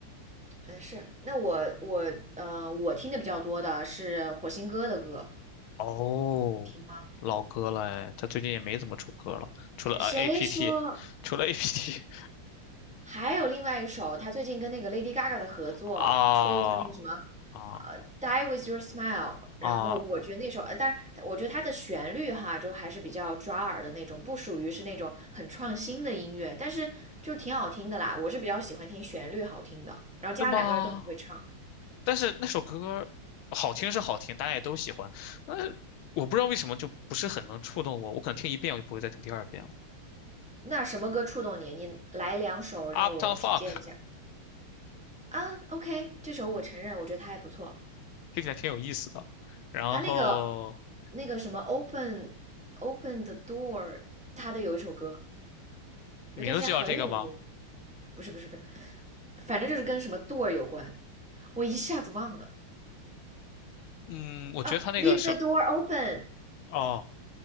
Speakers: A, in the centre; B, on the left.
A: 嗯，是。那我我呃，我听的比较多的是火星哥的歌，
B: 哦，
A: 你听吗？
B: 老歌了哎，他最近也没怎么出歌了，除了呃
A: 谁说？
B: APT，除了 APT
A: 还有另外一首，他最近跟那个 Lady Gaga 的合作，
B: <laughs> 啊
A: 出了一首那个什么，
B: 啊
A: 呃，Die with Your Smile。然后我觉得那首，
B: 啊，
A: 呃，但是我觉得它的旋律哈，就还是比较抓耳的那种，不属于是那种很创新的音乐，但是就挺好听的啦。我是比较喜欢听旋律好听的，然后加上两个人都很会唱。
B: 是吗？但是那首歌好听是好听，大家也都喜欢，那我不知道为什么就不是很能触动我，我可能听一遍我就不会再听第二遍了。
A: 那什么歌触动你？你来两首让我品鉴一下
B: Uptown Funk
A: 啊。OK，这首我承认，我觉得它还不错。
B: 听起来挺有意思的，然后
A: 还有那个那个什么 Open Open the Door，他的有一首歌，
B: 名字就叫这个吗？
A: 有段时间很有名，不是不是不是，反正就是跟什么 door 有关，我一下子忘了
B: 嗯，我觉得他那个首
A: 啊。Leave the door open，
B: 哦